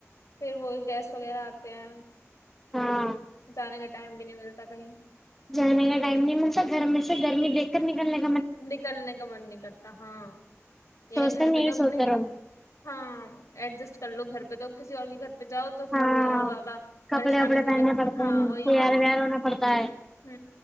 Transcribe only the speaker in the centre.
ہاں
جانے کا ٹائم نہیں ملتا گھر میں سے گرمی دیک کر نکل لگ
سوچتے
میں
یہی
سوتا رہو
ہاں
کپڑے وپڑے
پہننے
پڑتے
ہیں
تیار
ویار ہونا پڑتا ہے